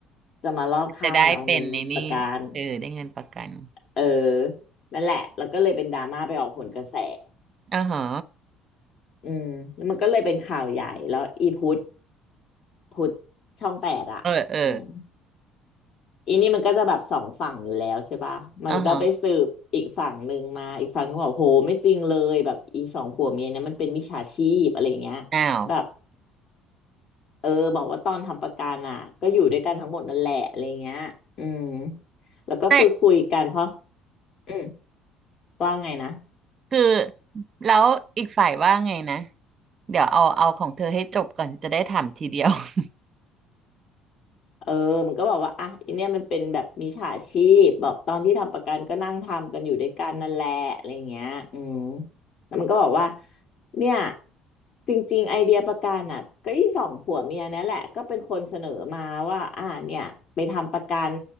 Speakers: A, on the left; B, on the right.
A: จะมารอบฆ่ามันเอาเงินประกัน
B: จะได้เป็นในนี่เออได้เงินประกัน
A: เออนั่นแหละแล้วก็เลยเป็นดราม่าไปออกผลกระแส
B: อ่าฮะ
A: อืมแล้วมันก็เลยเป็นข่าวใหญ่แล้วอีพุทธพุทธช่องแปดอ่ะอืม
B: เออเออ
A: อีนี่มันก็จะแบบสองฝั่งอยู่แล้วใช่ปะ มันก็ไปสืบอีกฝั่งหนึ่งมาอีกฝั่งก็บอกโหไม่จริงเลยแบบอีสองผัวเมียเนี่ยมันเป็นมิจฉาชีพอะไรเงี้ย
B: อ่าฮะอ้าว
A: แบบเออบอกว่าตอนทำประกันอ่ะก็อยู่ด้วยกันทั้งหมดนั่นแหละอะไรเงี้ยอืมแล้วก็คือคุยกันเพราะ
B: ไม่
A: อืมว่าไงนะ
B: คือแล้วอีกฝ่ายว่าไงนะเดี๋ยวเอาเอาของเธอให้จบก่อนจะได้ถามทีเดียว <laughs>
A: เออมันก็บอกว่าอ่ะอันเนี้ยมันเป็นแบบมิจฉาชีพบอกตอนที่ทำประกันก็นั่งทำกันอยู่ด้วยกันนั่นแหละอะไรเงี้ยอืมแล้วมันก็บอกว่าเนี่ยจริงๆไอเดียประกันอ่ะก็อีสองผัวเมียเนี่ยแหละ ก็เป็นคนเสนอมาว่าอ่าเนี่ยไปทำประกัน